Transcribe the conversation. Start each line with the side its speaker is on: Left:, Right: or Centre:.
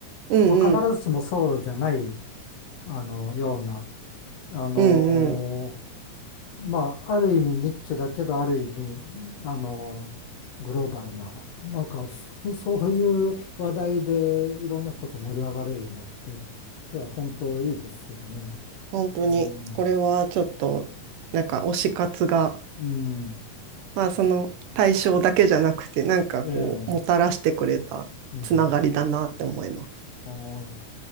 Right: うん、
Left: まあ必ずしもそうじゃない、
Right: うん、
Left: あの、ような、あの
Right: うん、うん。
Left: まあ、ある意味ニッチだけど、ある意味、あの、グローバルな、なんか、そ <laughs> そういう話題でいろんな人と盛り上がれるのって、いや、本当いいですよね。
Right: 本当に、
Left: うん。
Right: これはちょっと、なんか推し活が、
Left: うん。
Right: まあ、その対象だけじゃなくて、なんかこう、
Left: ええ。
Right: もたらしてくれたつながりだなって思います。
Left: うん。はい